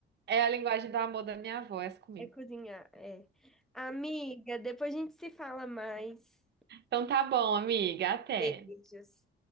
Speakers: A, on the right; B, in the centre.
A: é a linguagem do amor da minha avó, essa comida.
B: É cozinhar, é. Amiga, depois a gente se fala mais.
A: Então tá bom, amiga, até.
B: Beijos.